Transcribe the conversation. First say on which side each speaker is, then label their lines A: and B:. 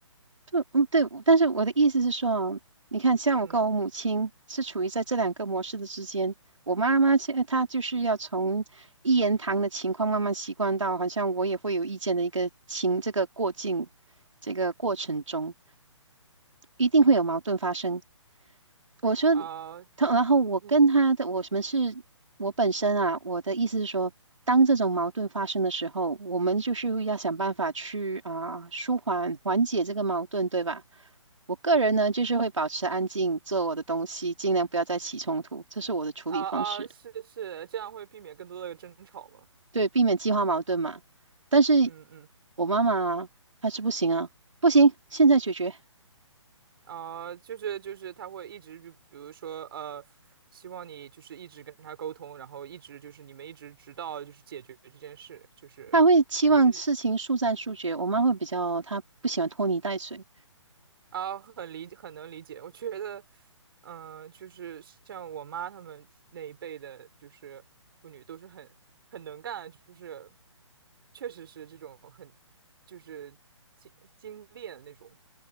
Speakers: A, on the right; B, on the right.
A: 嗯嗯，对，但是我的意思是说啊，你看，像我跟我母亲是处于在这两个模式的之间。
B: 嗯
A: 我妈妈现在她就是要从一言堂的情况慢慢习惯到，好像我也会有意见的一个情这个过境这个过程中，一定会有矛盾发生。我说，
B: 啊，
A: 他然后我跟他的，
B: 嗯
A: 我们是，我本身啊，我的意思是说，当这种矛盾发生的时候，我们就是要想办法去啊、舒缓缓解这个矛盾，对吧？我个人呢，就是会保持安静，做我的东西，尽量不要再起冲突，这是我的处理方式，
B: 啊啊，是是，这样会避免更多的争吵嘛。
A: 对，避免激化矛盾嘛。但是
B: 嗯嗯
A: 我妈妈她是不行啊，不行，现在解决，
B: 啊，就是就是他会一直就比如说呃，希望你就是一直跟他沟通，然后一直就是你们一直直到就是解决这件事，就是你是。
A: 她会期望事情速战速决，我妈会比较，她不喜欢拖泥带水。
B: 啊，很理很能理解。我觉得，嗯、就是像我妈他们那一辈的，就是妇女都是很很能干，就是确实是这种很就是精精炼那种。